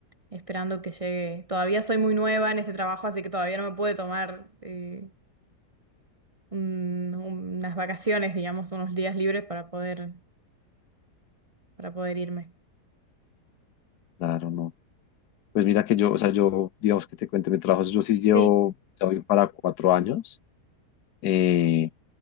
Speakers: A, on the right (about 40°); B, on the left (about 70°).
A: esperando que llegue. Todavía soy muy nueva en este trabajo, así que todavía no me puede tomar eh, un- unas vacaciones, digamos, unos días libres para poder, para poder irme.
B: Claro, no. Pues mira que yo, o sea, yo, digamos que te cuente mi trabajo, yo sí llevo,
A: Sí.
B: ya voy para cuatro años. Eh,